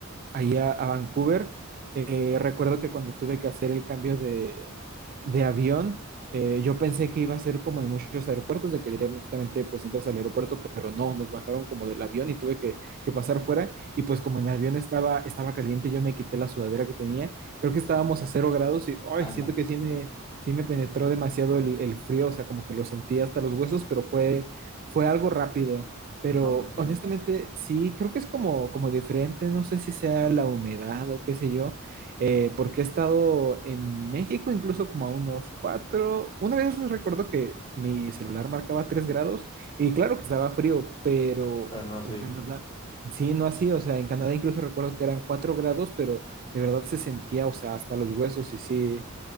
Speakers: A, on the right; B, on the left.
A: ahí a, a Vancouver, eh, recuerdo que cuando tuve que hacer el cambio de, de avión, eh, yo pensé que iba a ser como en muchos aeropuertos, de que directamente pues entras al aeropuerto, pero no, nos bajaron como del avión y tuve que, que pasar fuera. Y pues como en el avión estaba, estaba caliente, yo me quité la sudadera que tenía. Creo que estábamos a cero grados y
B: Hazla.
A: ay, siento que sí me, sí me penetró demasiado el, el frío, o sea, como que lo sentí hasta los huesos, pero fue, fue algo rápido. Pero
B: No, pues sí,
A: honestamente, sí, creo que es como, como diferente, no sé si sea la humedad o qué sé yo, eh, porque he estado en México incluso como a unos cuatro, una vez recuerdo que mi celular marcaba tres grados y claro que estaba frío, pero
B: pero no así.
A: en Canadá, sí, no así, o sea, en Canadá incluso recuerdo que eran cuatro grados, pero de verdad se sentía, o sea, hasta los huesos y sí.